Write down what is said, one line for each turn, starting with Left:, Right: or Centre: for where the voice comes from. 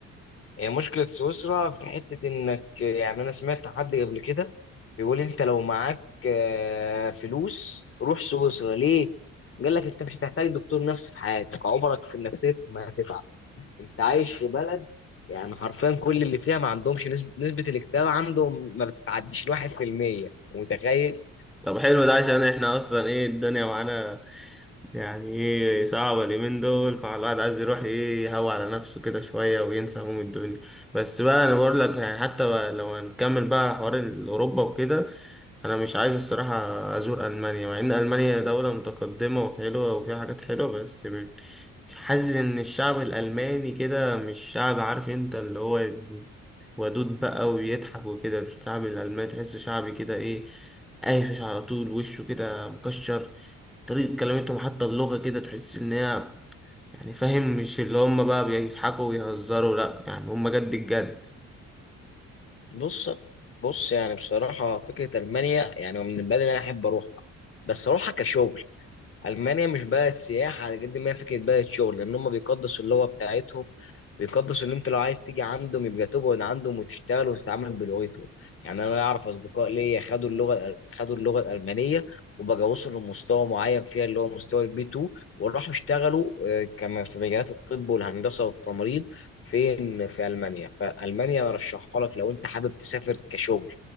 Left: هي مشكله سويسرا في حته انك يعني انا سمعت حد قبل كده بيقول انت لو معاك آه، فلوس روح سويسرا ليه؟ قال لك انت مش هتحتاج دكتور نفسي في حياتك عمرك في النفسيه ما هتتعب انت عايش في بلد يعني حرفيا كل اللي فيها ما عندهمش نسبه نسبه الاكتئاب عندهم ما بتتعديش الواحد في المية متخيل؟
Centre: طب حلو ده عشان احنا أصلا ايه الدنيا معانا يعني ايه صعبة اليومين دول فالواحد عايز يروح ايه يهوى على نفسه كده شوية وينسى هموم الدنيا بس بقى انا بقول لك يعني حتى بقى لو هنكمل بقى حوار اوروبا وكده انا مش عايز الصراحة ازور المانيا مع ان المانيا دولة متقدمة وحلوة وفيها حاجات حلوة بس م- حاسس ان الشعب الالماني كده مش شعب عارف انت اللي هو ودود بقى ويضحك وكده الشعب الالماني تحسه شعبي كده ايه قايفش على طول وشه كده مكشر طريقة كلمتهم حتى اللغة كده تحس إن هي يعني فاهم مش اللي هم بقى بيضحكوا ويهزروا لأ يعني هم جد الجد
Left: بص بص يعني بصراحة فكرة ألمانيا يعني من البلد اللي أنا أحب أروحها بس أروحها كشغل ألمانيا مش بلد سياحة على قد ما هي فكرة بلد شغل لأن هم بيقدسوا اللغة بتاعتهم بيقدس ان انت لو عايز تيجي عندهم يبقى تقعد عندهم وتشتغل وتتعامل بلغتهم يعني انا اعرف اصدقاء ليا خدوا اللغه خدوا اللغه الالمانيه وبقى وصلوا لمستوى معين فيها اللي هو مستوى البي 2 وراحوا اشتغلوا آه، كما في مجالات الطب والهندسه والتمريض فين في المانيا فالمانيا ارشحها لك لو انت حابب تسافر كشغل